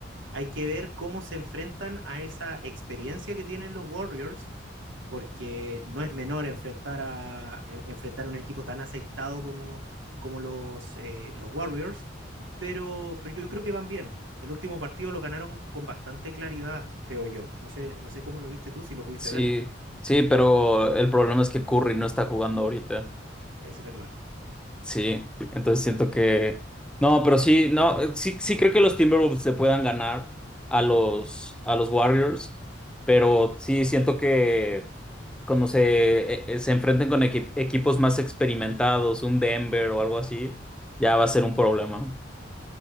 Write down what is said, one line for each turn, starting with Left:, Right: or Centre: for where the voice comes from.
Right: hay que ver cómo se enfrentan a esa experiencia que tienen los Warriors, porque no es menor enfrentar a, en- enfrentar a un equipo tan aceitado como, como los, eh, los Warriors, pero, pero yo creo que van bien. El último partido lo ganaron con bastante claridad, creo yo. No sé, no sé cómo lo viste tú, si lo pudiste
Centre: Sí,
Right: ver.
Centre: sí, pero el problema es que Curry no está jugando ahorita.
Right: Es verdad.
Centre: Sí, entonces siento que... No, pero sí, no, eh, sí, sí creo que los Timberwolves se puedan ganar a los, a los Warriors, pero sí siento que cuando se, eh, eh, se enfrenten con equi- equipos más experimentados, un Denver o algo así, ya va a ser un problema.